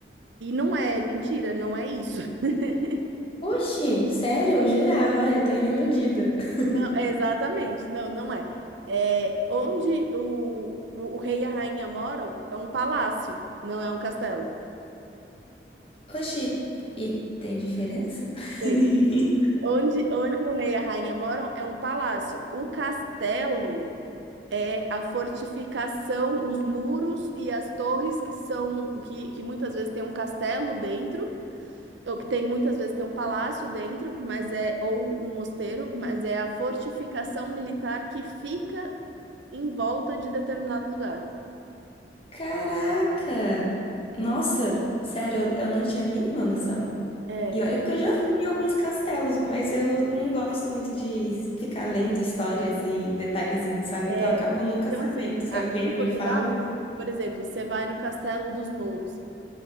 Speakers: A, on the right; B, on the left.
A: E não é, é mentira, não é isso. <laughs>
B: Oxi, sério? Eu jurava, Ai, eu tô indo iludida. <laughs>
A: Não, é exatamente. Não, não é. É onde o, o, o rei e a rainha moram é um palácio, não é um castelo.
B: Oxi, e tem diferença?
A: Sim.
B: <laughs>
A: Onde, onde o rei e a rainha moram é um palácio. O castelo é a fortificação, os muros e as torres que são que, que muitas vezes tem um castelo dentro, ou que tem muitas vezes tem um palácio dentro, mas é ou um mosteiro, mas é a fortificação militar que fica em volta de determinado lugar.
B: Caraca! Nossa, sério, eu eu não tinha a mínima noção.
A: É,
B: E olha que eu já fui em alguns castelos, mas eu não gosto muito de ficar lendo histórias e detalhezinhos, sabe?
A: é.
B: Então eu acabo nunca
A: Então,
B: sabendo.
A: assim,
B: Se
A: aqui
B: alguém
A: em
B: não
A: Portugal,
B: me fala.
A: por exemplo, você vai no Castelo dos Mouros.